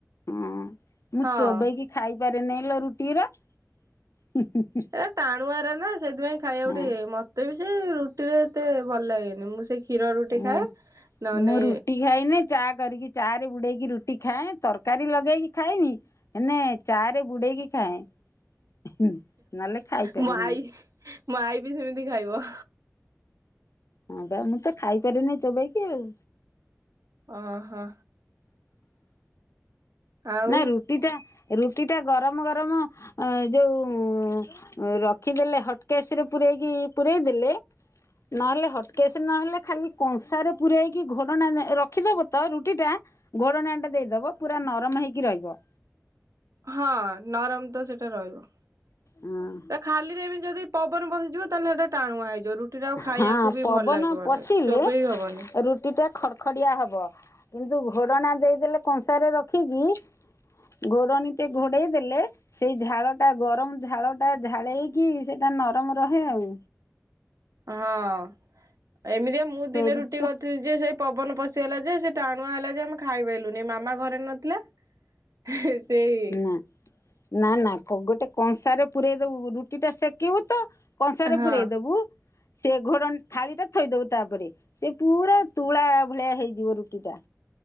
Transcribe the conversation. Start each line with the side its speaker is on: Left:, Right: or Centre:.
Left: ହୁଁ ମୁଁ
Right: ହଁ
Left: ଚୋବେଇକି ଖାଇପାରେନାଇଁ ଲୋ ରୁଟି ଗୁରା
Right: ଏ ଟାଣୁଆ ଏରା ନା ସେଥିପାଇଁ ଖାଇବାକୁ
Left: ହଁ।
Right: ଟିକେ ଇଏ ମତେ ବି ସିଏ ରୁଟିରେ ଏତେ ଭଲ ଲାଗେନି ମୁଁ ସେଇ କ୍ଷୀର ରୁଟି
Left: ମୁଁ
Right: ଖାଇ ନହେନେ
Left: ମୁଁ ରୁଟି ଖାଇନି ଚା କରିକି ଚା ରେ ବୁଡେଇକି ରୁଟି ଖାଏ ତରକାରୀ ଲଗେଇକି ଖାଏବି ହେନେ ଚା ରେ ବୁଡେଇକି ଖାଏ। ନହେଲେ ଖାଇପାରେନି।
Right: ମୋ ଆଇ ମୋ ଆଇ ବି ସିମିତି ଖାଇବ।
Left: ହଁ ବା ମୁଁ ତ ଖାଇପାରି ନେଇ ଚୋବୋଇକି ଆଉ।
Right: ଓହୋ ଆଉ
Left: ନାଇ ରୁଟି ଟା ରୁଟି ଟା ଗରମ ଗରମ ଅ ଏ ଯୋଉଁ ରଖିଦେଲେ ହଟକେସରେ ପୁରେଇକି ପୁରେଇ ଦେଲେ ନହେଲେ ହଟକେେସ ନହେଲେ ଖାଲି କଂସାରେ ପୁରେଇକି ଘୋଡଣା ରଖିଦବ ତ ରୁଟି ଟା ଘୋଡଣା ଟା ଦେଇଦବ ପୁରା ନରମ ହେଇକି ରହିବ।
Right: ହଁ ନରମ ତ ସେଟା ରହିବ ତାକ
Left: ହଁ
Right: ଖାଲିରେ ବି ଯଦି ପବନ ପସିଯିବ ତାହେଲେ ସେଇଟା ଟାଣୁଆ ହେଇଯିବ ରୁ ରୁଟି ଟା ଆଉ ଖାଇବାକୁ
Left: ହଁ
Right: ବି
Left: ପବନ
Right: ଭଲ ଲାଗିବ
Left: ପଶିଲେ
Right: ନାଇ ଚୋବେଇ ହବନି।
Left: ରୁଟି ଟା ଖଡ୍ ଖଡିଆ ହବ, କିନ୍ତୁ ଘୋଡଣା ଦେଇଦେଲେ କଂସାରେ ରଖିକି ଘୋଡ଼ଣୀ ଟେ ଘୋଡେଇ ଦେଲେ ସେଇ ଝାଳ ଟା ଗରମ ଝାଳ ଟା ଝାଳେଇକି ସେଇଟା ନରମ ରହେ ଆଉ।
Right: ହଁ, ଏମିତିଆ ମୁଁ
Left: ସେଇ
Right: ଦିନେ
Left: ରୁଟିଟା
Right: ରୁଟି କରିଥିଲି ଯେ ସେଇ ପବନ ପଶିଗଲା ଯେ ସେ ଟାଣୁଆ ହେଲା ଯେ ଆମେ ଖାଇପାଇଲୁନି ମାମା ଘରେ ନଥିଲା ହେ ସେଇ
Left: ନା ନା ନା କ ଗୋଟେ କଂସାରେ ପୁରେଇ ଦବୁ ରୁଟିଟା ସେକିବୁ ତ କଂସାରେ
Right: ହଁ
Left: ପୁରେଇଦବୁ ସେ ଘୋଡ଼ ଥାଳିଟା ଥୋଇଦବୁ ତାପରେ ସେ ପୁରା ତୁଳା ଭଳିଆ ହେଇଯିବ ରୁଟି ଟା।